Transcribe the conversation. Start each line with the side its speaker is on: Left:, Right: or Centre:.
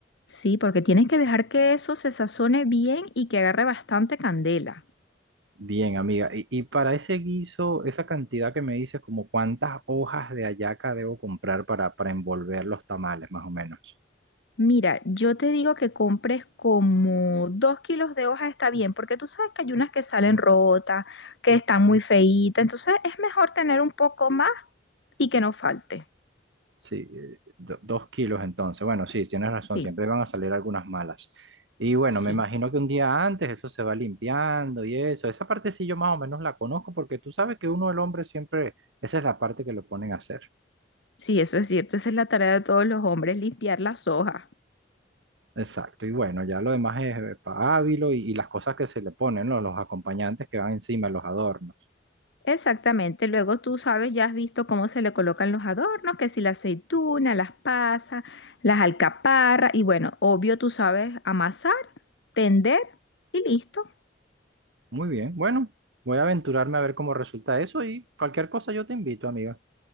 Left: Sí, porque tienes que dejar que eso se sazone bien y que agarre bastante candela.
Right: Bien, amiga, y, y para ese guiso, esa cantidad que me dices, como cuántas hojas de hallaca debo comprar para, para envolver los tamales, más o menos.
Left: Mira, yo te digo que compres como dos kilos de hojas está bien, porque tú sabes que hay unas que salen rotas, que están muy feitas, entonces es mejor tener un poco más y que no falte.
Right: Sí, eh, do- dos kilos entonces. Bueno, sí, tienes razón,
Left: Sí,
Right: siempre van a salir algunas malas. Y bueno,
Left: sí,
Right: me imagino que un día antes eso se va limpiando y eso. Esa parte sí yo más o menos la conozco porque tú sabes que uno, el hombre, siempre, esa es la parte que lo ponen a hacer.
Left: sí, eso es cierto, esa es la tarea de todos los hombres, limpiar las hojas.
Right: Exacto. Y bueno, ya lo demás es eh, pa' Ávilo y, y las cosas que se le ponen, ¿no? Los acompañantes que van encima, los adornos.
Left: Exactamente, luego tú sabes, ya has visto cómo se le colocan los adornos, que si la aceituna, las pasas, las alcaparras, y bueno, obvio tú sabes amasar, tender y listo.
Right: Muy bien, bueno, voy a aventurarme a ver cómo resulta eso y cualquier cosa yo te invito, amiga.